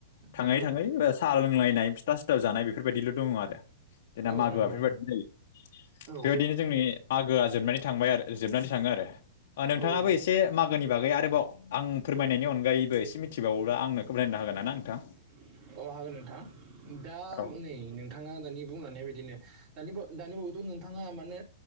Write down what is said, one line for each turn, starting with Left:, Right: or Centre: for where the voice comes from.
Left: थाङै
Right: नंगौ
Left: थाङै साहा लोंलायनाय फिथा सिथाव जानाय बेफोरबायदिल' दङ आरो जोंना
Right: औ
Left: मागोआ
Right: नंगौ
Left: बेफोरबायदिनो जायो
Right: नंगौ औ
Left: बेबायदिनो जोंनि मो गोआ जोबनानै थांबाय आरो जोबनानै थाङो आरो ओ नोंथाङाबो
Right: औ औ
Left: एसे मागोनि बागै आरोबाव आं फोरमायनायनि अनगायैबो एसे मिथिबावोब्ला आंनो हागोना नोंथां
Right: अ हागोन नोंथां दा
Left: औ
Right: नै नोंथाङा दानि बुंलांनाय बदिनो दानि दानि नोंथाङा माने